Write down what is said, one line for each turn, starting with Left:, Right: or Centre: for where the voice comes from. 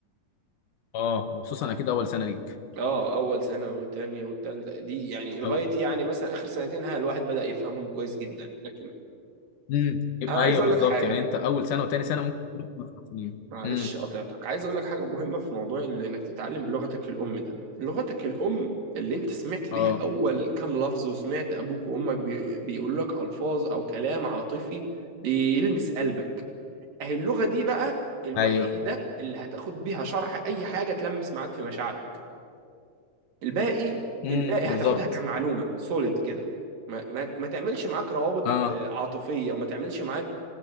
Left: اه وخصوصا اكيد اول سنة ليك
Right: اه اول سنه والتانيه والتالته دي يعني لغايه
Left: أو...
Right: يعني مثلا اخر سنتين ها الواحد بدأ يفهمهم كويس جدا لكن
Left: امم
Right: انا
Left: ايوه
Right: عايز اقول
Left: بالظبط
Right: لك حاجه
Left: يعني انت اول سنة وتاني سنة ممكن تكون في مصر سنين
Right: معلش
Left: امم
Right: قطعتك عايز اقول لك حاجه مهمه في موضوع ال- انك تتعلم بلغتك الام ده لغتك الام اللي انت سمعت
Left: اه
Right: بيها اول كام لفظ وسمعت ابوك وامك بي... بيقولوا لك الفاظ او كلام عاطفي بيلمس قلبك اهي اللغة دي بقى الوحيدة
Left: ايوه
Right: اللي هتاخد بيها شرح أي حاجة تلمس معاك في مشاعرك الباقي
Left: امم
Right: الباقي
Left: بالظبط
Right: هتاخدها كمعلومة سوليد كده ما, ما, ما تعملش معاك روابط
Left: اه
Right: آه، عاطفية وما تعملش معاك